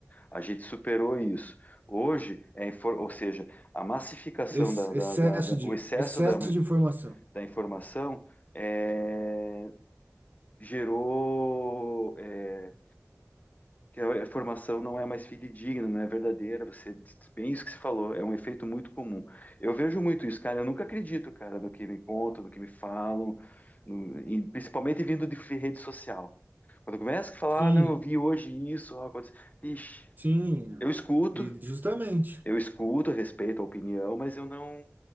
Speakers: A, on the left; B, on the right.
A: A gente superou isso. Hoje, é, infor- ou seja, a massificação
B: Ex-
A: da, da-
B: excesso
A: da- da-
B: de,
A: o excesso
B: excesso
A: da,
B: de informação.
A: da informação é, gerou é, que a formação não é mais fidedigna, não é verdadeira. Você disse bem isso que você falou, é um efeito muito comum. Eu vejo muito isso, cara. Eu nunca acredito, cara, no que me contam, no que me falam, no- e principalmente vindo de fe- rede social. Quando começa a falar,
B: Sim,
A: ah, não, eu vi hoje isso, ó, aconteceu. Ixi,
B: sim.
A: eu escuto,
B: E justamente.
A: eu escuto, respeito a opinião, mas eu não,